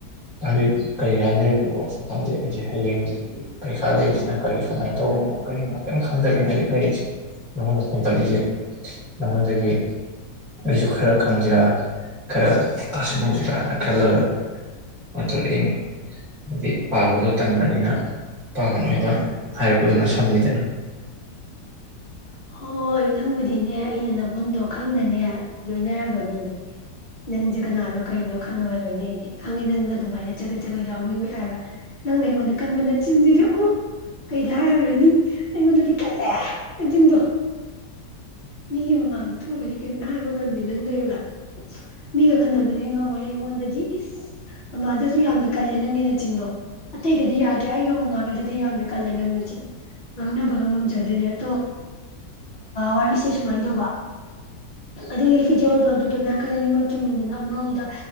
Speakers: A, in the centre; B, on the left.
A: ꯍꯧꯖꯤꯛ ꯀꯔꯤ ꯍꯥꯏꯅꯔꯤꯕ ꯀꯣꯁꯨ ꯈꯪꯗꯦ ꯑꯩꯁꯦ ꯍꯌꯦꯡꯒꯤ ꯄꯔꯤꯈꯥ ꯂꯩꯔꯤꯁꯤꯅ ꯀꯔꯤ ꯁꯨꯃꯥꯏꯅ ꯇꯧꯕꯅꯣ ꯀꯔꯤꯅꯣ ꯀꯔꯤꯝ ꯈꯪꯗꯕꯅ ꯍꯧꯖꯤꯛ ꯂꯩꯔꯤꯁꯦ ꯅꯉꯣꯟꯗ ꯐꯣꯟ ꯇꯧꯔꯛꯏꯁꯦ ꯅꯉꯣꯟꯗꯒꯤ ꯑꯩꯁꯨ ꯈꯔ ꯈꯪꯁꯤꯔ ꯈꯔ ꯇꯥꯁꯤ ꯧꯁꯤ ꯀꯥꯅ ꯈꯜꯂꯕ ꯑꯣꯊꯔ ꯏꯅꯤ ꯍꯥꯏꯗꯤ ꯄꯥꯕꯗꯣ ꯇꯟꯕꯅꯤꯅ ꯑꯄꯥꯕ ꯅꯣꯏ ꯑꯣꯏꯅ ꯍꯥꯏꯔꯛꯄꯗꯨꯅ ꯁꯝꯃꯤꯗꯅ
B: ꯍꯣꯏ ꯅꯪꯕꯨꯗꯤꯅꯦ ꯑꯩꯅ ꯅꯪꯉꯣꯟꯗꯣ ꯈꯪꯅꯅꯦ ꯂꯣꯏꯅꯔꯕ ꯃꯤꯅꯦ ꯅꯪꯁꯦ ꯀꯅꯥꯅꯣ ꯀꯩꯅꯣ ꯈꯪꯉꯒ ꯂꯣꯏꯅꯔꯤꯅꯦ ꯈꯪꯉꯦ ꯅꯪꯅ ꯑꯗꯨꯃꯥꯏꯅ ꯆꯒꯠ ꯆꯒꯠ ꯌꯥꯎꯅꯤꯡꯉꯣꯏ ꯍꯥꯏꯕ ꯅꯪꯅ ꯑꯩꯉꯣꯟꯗ ꯀꯟꯕꯅ ꯆꯤꯟꯁꯤꯔꯑꯣ ꯀꯩꯗ ꯍꯥꯏꯔꯨꯔꯅꯤ ꯑꯩꯉꯣꯟꯗꯗꯤ ꯂꯦ ꯖꯤꯗꯨꯣ ꯃꯤꯒꯤ ꯃꯃꯥꯡꯗ ꯊꯣꯛꯑꯒꯗꯤ ꯀꯔꯤꯝꯅ ꯍꯥꯏꯕ ꯉꯝꯗꯦ ꯅꯪꯗꯣꯏꯒ ꯃꯤꯒ ꯈꯟꯅꯕꯗꯤ ꯉꯝꯃꯣꯏ ꯑꯩꯉꯣꯟꯗꯗꯤ ꯏꯁ ꯃꯃꯥꯗꯁꯨ ꯌꯥꯝꯅ ꯀꯜꯂꯦ ꯅꯪꯒꯤ ꯅꯆꯤꯟꯗꯣ ꯑꯇꯩꯗꯗꯤ ꯌꯥꯗ꯭ꯔꯦ ꯑꯩꯒ ꯃꯃꯥꯒꯗꯗꯤ ꯌꯥꯝꯅ ꯀꯜꯂꯦ ꯅꯪꯅꯆꯤꯟ ꯉꯥꯡꯅꯕ ꯉꯝꯖꯗꯣꯏꯅꯦ ꯑꯗꯣ ꯋꯥꯔꯤꯁꯦ ꯑꯗꯨꯃꯥꯏꯅ ꯇꯧꯕ ꯑꯗꯨꯒꯤ ꯐꯤꯖꯣꯜꯗꯣ ꯑꯗꯨꯗꯣ ꯅꯥꯀꯟ ꯑꯅꯤꯃꯛ ꯆꯨꯝꯃꯤꯗꯅ ꯑꯃꯔꯣꯝꯗ